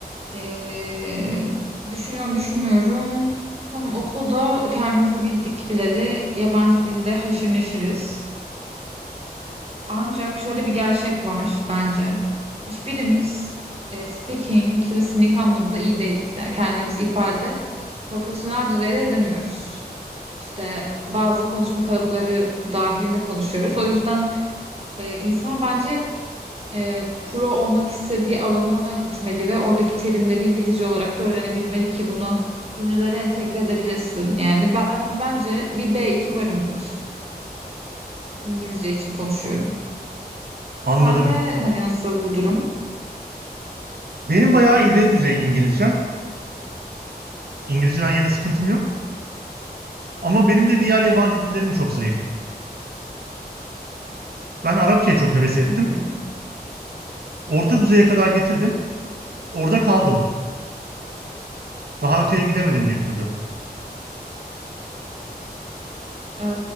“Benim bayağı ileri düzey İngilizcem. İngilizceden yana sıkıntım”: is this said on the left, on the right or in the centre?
Right